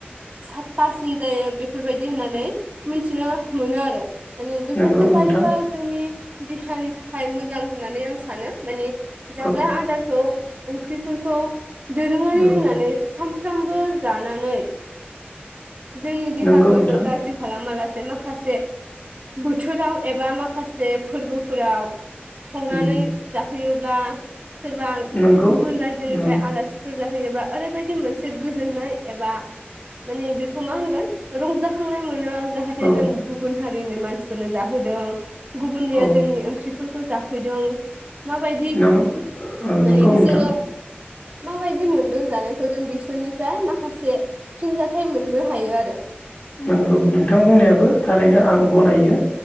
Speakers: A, on the right (about 35°); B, on the left (about 40°).
A: साफासिन जायो, बेफोरबायदि होननानै मोनथिनो मोनो आरो माने बेफोरखौ
B: नंगौ
A: जायोब्ला
B: नोंथां
A: जोंनि देहानि थाखाय मोजां होननानै आं सानो माने जाग्रा
B: औ
A: आदार, अ ओंख्रिफोरखौ दोरोङारि
B: औ
A: होननानै साम सानफ्रामबो जानानै। जोंनि देहाखौ
B: नंगौ नोंथां
A: जों गाज्रि खालामालासे, बे माखासे बोथोराव एबा माखासे फोरबोफोराव संनानै
B: उम
A: जाहोयोब्ला सोरबा
B: नंगौ
A: गुबुन रायजोनिफ्राय
B: नों
A: आलासिफोर जाहैयोबा ओरैबाय थिम मोनसे गोजोननाय एबा माने बेखौ मा होनगोन, रंजाखांनाय मोनो जाहाथे
B: औ
A: जों गुबुन हारि, ओरैनो मानसिफोरनो जाहोदों। गुबुननिया
B: औ
A: जोंनि ओंख्रि फोरखो जाफैदों। माबायदि
B: नों ओ
A: माने
B: नंगौ
A: बिसोरो
B: नोंथां
A: माबायदि मोन जों जानायखौ जों बिसोरनिफ्राय माखासे फिनजाथाय मोननो हायो आरो।
B: नोंगौ नोंथां बुंनायाबो थारैनो आं गनायो।